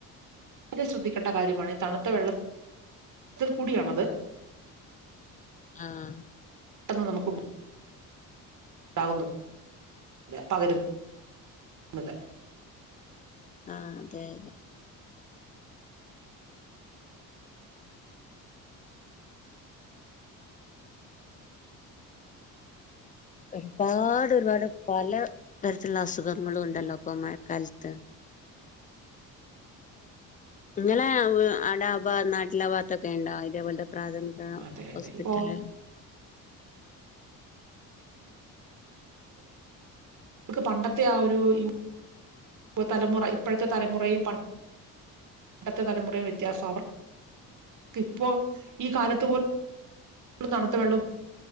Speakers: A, on the right; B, on the left.
A: <unintelligible> ശ്രദ്ധിക്കേണ്ട കാര്യമാണ് തണുത്ത വെള്ളത്തിൽ കൂടിയാണത്
B: ആ ആഹ്
A: പെട്ടെന്ന് നമുക്കുണ്ട് ഉണ്ടാവുന്നത് പകരുന്നത്
B: ങാ അതെ അതെ ഒരുപാട് ഒരുപാട് പല തരത്തിലുള്ള അസുഖങ്ങളും ഉണ്ടല്ലോ ഇപ്പൊ മഴക്കാലത്ത് നിങ്ങളെ ആടാ ഭാ നാട്ടിലാഭാത്തൊക്കെ ഉണ്ടാ ഇതേപോലെ പ്രാഥമിക
A: അതെ
B: ഹോസ്പിറ്റലിൽ
A: അതെ ഇപ്പോ നക്ക് പണ്ടത്തെ ആ ഒരു യുവ തലമുറ ഇപ്പോഴത്തെ തലമുറയും അടുത്ത തലമുറയും വ്യത്യാസം അവർ ഇപ്പോൾ ഈ കാലത്ത് പോലും തണുത്ത വെള്ളം